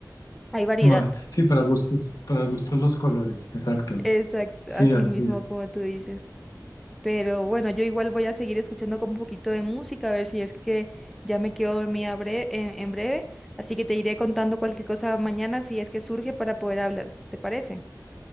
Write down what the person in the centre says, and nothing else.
hay variedad.
Exacto,
así
mismo
como tú dices. Pero bueno, yo igual voy a seguir escuchando como un poquito de música, a ver si es que ya me quedo dormida bre- en, en breve. Así que te iré contando cualquier cosa mañana si es que surge para poder hablar. ¿Te parece?